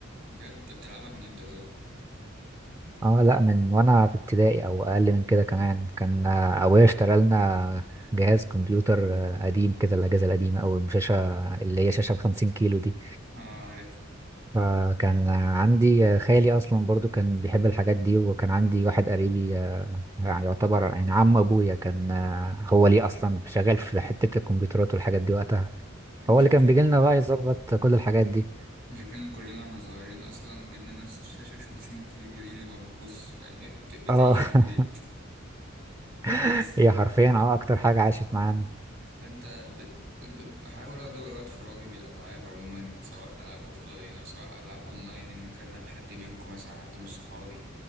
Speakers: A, on the right (about 75°); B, on the right (about 15°).
A: بجد انت بتلعبها من امتى طيب
B: اه لا من وانا في ابتدائي او اقل من كده كمان كان آه، ابويا اشترى لنا جهاز كمبيوتر آه، قديم كده الاجهزة القديمة او شاشة اللي هي شاشة بخمسين كيلو دي
A: اه
B: فكان عندي خالي اصلا برضو كان بيحب الحاجات دي وكان عندي واحد قريبي آه، يعني يعتبر يعني عم ابويا كان آه، هو ليه اصلا شغال في حتة الكمبيوترات والحاجات دي وقتها فهو
A: عارف
B: اللي كان بيجي لنا بقى يظبط كل الحاجات دي
A: فكرنا كلنا واحنا صغيرين اصلا جبنا نفس الشاشه 50 كيلو دي اللي ما بتبص فاهم يعني بت- بتعيش
B: اه
A: في البيت
B: <laughs>
A: بس
B: هي
A: آه.
B: حرفيا اه اكتر حاجة عاشت معانا
A: فانت بت... ب- بحاول ادور وقت فراغي بالالعاب عموما سواء العاب اوفلاين او سواء العاب اونلاين ان اكلم حد منكم مثلا حد من صحابي